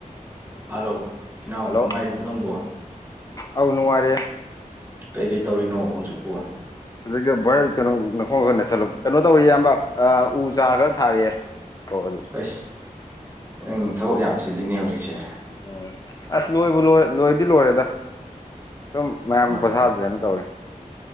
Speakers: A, on the right; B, on the left.
A: <unintelligible> hello ꯏꯅꯥꯎ
B: hello
A: ꯅꯨꯡꯉꯥꯏꯔꯤꯕꯣ ꯅꯪꯕꯣ
B: ꯑꯧ ꯅꯨꯡꯉꯥꯢꯔꯤꯌꯦ
A: ꯀꯩꯀꯩ ꯇꯧꯔꯤꯅꯣ ꯍꯧꯖꯤꯛꯄꯣ
B: ꯑꯗꯒꯤ ꯚꯥꯢ ꯀꯩꯅꯣ ꯅꯈꯣꯡꯗꯣ ꯈ ꯅꯦꯠꯁꯟꯂꯣ ꯀꯩꯅꯣ ꯇꯧꯔꯤ ꯏꯌꯥꯝꯕ ꯑ ꯎ ꯆꯥꯔ ꯈꯔ ꯊꯥꯔꯤꯌꯦ ꯑꯣ ꯑꯗꯨ
A: ꯑꯩꯁ ꯅꯪ ꯊꯕꯛ ꯌꯥꯝ ꯆꯤꯜꯂꯤꯅꯦ ꯍꯧꯖꯤꯛꯁꯦ
B: ꯎꯝ ꯑꯁ ꯂꯣꯏꯕꯨ ꯂꯣꯏ ꯂꯣꯏꯗꯤ ꯂꯣꯏꯔꯦꯗ ꯁꯨꯝ ꯃꯌꯥꯝ
A: ꯍꯣꯏ
B: ꯄꯣꯊꯥꯖꯦꯅ ꯇꯧꯔꯤ